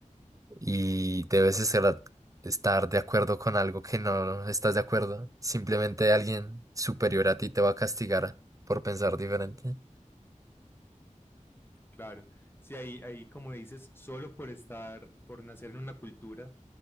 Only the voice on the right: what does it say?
y debes estar, estar de acuerdo con algo que no estás de acuerdo. Simplemente alguien superior a ti te va a castigar por pensar diferente.